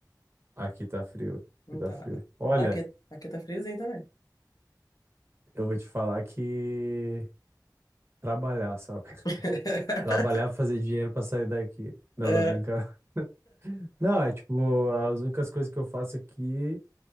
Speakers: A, on the right; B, on the left.
A: aqui tá frio,
B: Então,
A: aqui tá frio. Olha,
B: aqui, aqui tá friozinho também.
A: eu vou te falar que trabalhar, sabe? <laughs>
B: <laughs>
A: Trabalhar pra fazer dinheiro pra sair daqui. Não,
B: É.
A: tô brincando. <laughs> Não, é tipo, as únicas coisas que eu faço aqui